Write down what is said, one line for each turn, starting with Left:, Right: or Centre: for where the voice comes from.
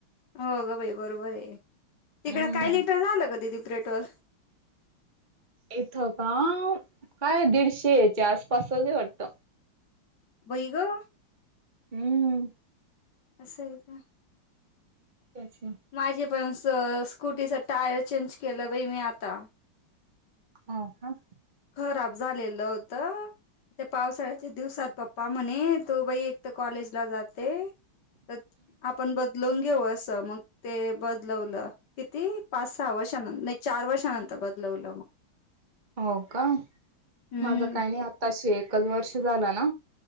Left: हो गं बाई, बरोबरय. तिकडे
Right: हम्म
Left: काय लिटर झालं ग दिदी. पेट्रोल.
Right: इथं का काय दीडशे च्या आसपास आहे वाटत?
Left: बई ग!
Right: हम.
Left: असंय का?
Right: <unintelligible>
Left: माझे पण असं, स्कूटीच टायर चेंज केलं बाई मी आता.
Right: हो का?
Left: खराब झालेलं होत. त्या पावसाळ्याच्या दिवसात पप्पा म्हणे तु बाई एक तर कॉलेजला जाते. तर आपण बदलून घेऊ असं. मग ते बदलवलं. किती पाच सहा वर्षानंतर नाही चार वर्षानंतर बदलवलं मग,
Right: हो का
Left: हम्म
Right: माझं काही नाही आताशी एकच वर्ष झालं ना,